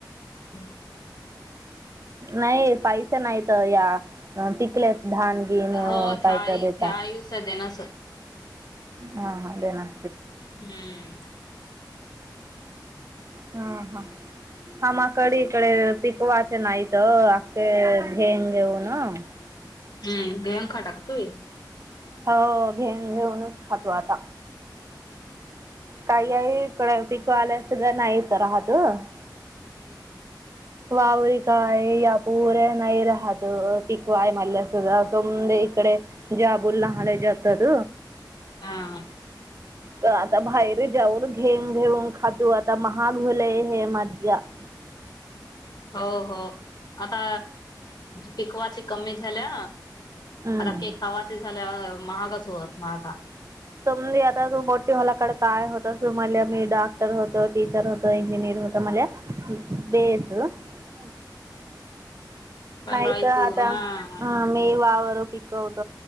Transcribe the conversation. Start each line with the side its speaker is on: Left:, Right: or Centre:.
Left: <inaudible>
Right: नाही पैसे नाही तर या पिकले धान गीण
Left: हो त्या
Right: काय
Left: आई
Right: तर देताक
Left: त्या आईस देनास.
Right: हा हां दे ना
Left: हम्म
Right: हा हा हा म कडीकडे पिकवाचे नाहीत अखखे घेंग घेऊन --
Left: हम् <unintelligible> गंखाटाकत <unintelligible>
Right: हो घेन घेऊनच खातो आता. काही आहे कड पिक आल्यासध नाही हित राहात --
Left: हम्म.
Right: वावर काय या पुऱ्या नाही राहत पिकवाय मल्या सुद्धा सोम इकडे जाबूल लहाले जातात.
Left: हा.
Right: तर आता बाहेर जाऊन घेऊन घेऊन खातो आता महागलय हे मध्या --
Left: हो हो आता पिकवाची कमी झाल्या.
Right: हम्म
Left: आता काही खावाच झालं महागच होत म आता --
Right: तुमी आता त मो होलाकडे काय होत त मला मी डॉक्टर होतो टीचर होतो इंजिनियर होतो म्हले- - बेस --
Left: पंधराईतू
Right: नाही तर आता
Left: हा
Right: मी वावर -- पिकवत